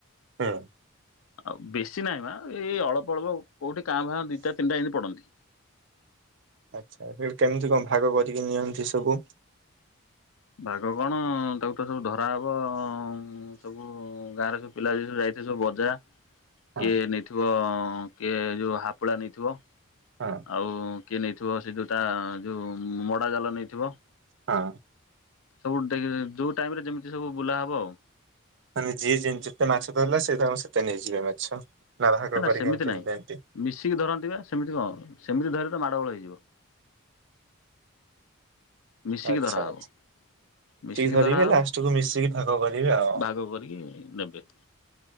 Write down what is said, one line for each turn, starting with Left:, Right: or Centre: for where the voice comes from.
Right: ହଁ।
Left: ଆଉ ବେଶୀ ନାହିଁ ପା ଏଇ ଅଳ୍ପ ଅଳ୍ପ କୋଉଠି କାଁ ଭାଁ ଦିଇଟା ତିନିଟା ଏମିତି ପଡନ୍ତି।
Right: ଆଚ୍ଛା ସେବି କେମିତି କଣ ଭାଗ କରିକି ନିଅନ୍ତି ସବୁ।
Left: ଭାଗ କଣ ତାକୁ ତ ସବୁ ଧରାହବ‌ଅଁ ଉଁ। ସବୁ ଗାଁରେ ସବୁ ପିଲା ଯିଏ ସବୁ ଯାଇଥିବେ ସବୁ ଅଜା
Right: ହଁ
Left: କିଏ ନେଇଥିବ କିଏ ଯଉ ହାପଳା ନେଇଥିବ।
Right: ହଁ।
Left: ଆଉ କିଏ ନେଇଥିବ ସେ ଯଉଟା ଯଉଁ ମଡ଼ା ଜାଲ ନେଇଥିବ।
Right: ହଁ।
Left: ସବୁ ଟେକେ ଯଉ ଟାଇମ୍ ରେ ଯେମିତି ସବୁ ବୁଲା ହବ ଆଉ।
Right: ମାନେ ଯିଏ ଜେ ଯେତେ ମାଛ ଧରିଲା ସେ ତାର ସେତେ ନେଇଯିବେ ମାଛ। ଭାଗ
Left: ନା ନା
Right: କରିକି
Left: ସେମିତି
Right: ଏମିତି
Left: ନାହିଁ
Right: ନିଅନ୍ତି
Left: ମିଶିକି ଧରନ୍ତି ବା ସେମିତି କଣ ସେମିତି ଧରିଲେ ତ ମାଡ଼ ଗୋଳ ହେଇଯିବ। ମିଶିକି
Right: ଆଚ୍ଛା
Left: ଧରାହବ।
Right: ଆଚ୍ଛା।
Left: ମିଶିକି
Right: ଧରିବେ
Left: ଧରାହବ
Right: ଲାଷ୍ଟକୁୁ ମିଶିକି ଭାଗ କରିବେ ଆଉ
Left: ଭାଗ କରିକି ନେବେ।